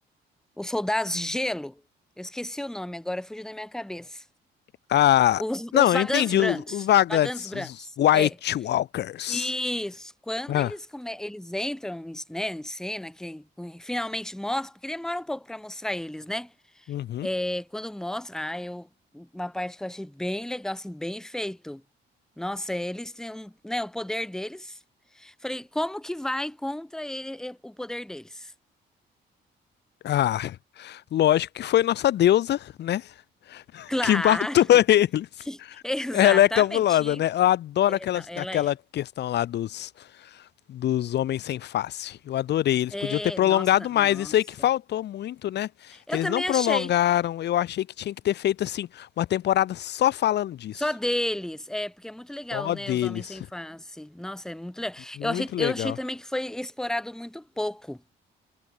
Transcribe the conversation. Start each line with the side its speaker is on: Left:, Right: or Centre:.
Centre: os soldados gelo. Eu esqueci o nome agora, fugiu da minha cabeça.
Left: Ah,
Centre: Os,
Left: não,
Centre: os vagantes
Left: eu entendi.
Centre: brancos,
Left: o- Os vagantes,
Centre: vagantes brancos.
Left: os White
Centre: É.
Left: Walkers.
Centre: Isso, quando
Left: Ah,
Centre: eles, come- eles entram em, né, em cena, que eh, finalmente mostra, porque demora um pouco para mostrar eles, né?
Left: Uhum.
Centre: É, quando mostra, ah, eu, uma parte que eu achei bem legal, assim, bem feito. Nossa, eles têm um, né, o poder deles. Falei, como que vai contra ele, eh, o poder deles?
Left: Ah, lógico que foi nossa deusa, né?
Centre: Claro,
Left: Que matou <laughs> eles.
Centre: <laughs> exatamente.
Left: Ela é cabulosa,
Centre: tinha-
Left: né? Eu adoro
Centre: É,
Left: aquela,
Centre: não, ela
Left: aquela
Centre: é.
Left: questão lá dos, dos homens sem face. Eu adorei. Eles
Centre: É,
Left: podiam ter prolongado
Centre: nossa, na-
Left: mais.
Centre: nossa.
Left: Isso aí que faltou muito, né?
Centre: Eu
Left: Eles
Centre: também
Left: não prolongaram.
Centre: achei.
Left: Eu achei que tinha que ter feito, assim, uma temporada só falando disso.
Centre: Só deles. É, porque é muito legal,
Left: Só
Centre: né?
Left: deles.
Centre: Os homens sem face. Nossa, é muito legal.
Left: Muito
Centre: Eu achei,
Left: legal.
Centre: eu achei também que foi explorado muito pouco.